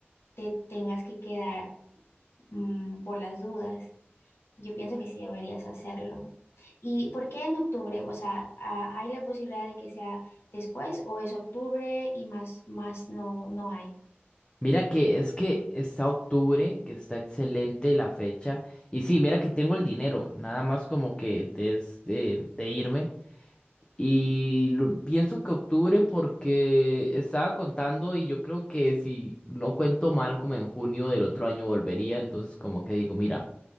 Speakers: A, on the left; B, on the left.
A: te tengas que quedar, mm, por las dudas. Yo pienso que sí deberías hacerlo. ¿Y por qué en octubre? O sea, ¿ha- ¿hay la posibilidad de que sea después o es octubre y más, más no, no hay?
B: Mira que es que está octubre, que está excelente la fecha. Y sí, mira que tengo el dinero, nada más como que es de, de irme. Y lo- pienso que octubre porque estaba contando y yo creo que si no cuento mal, como en junio del otro año volvería. Entonces como que digo, mira,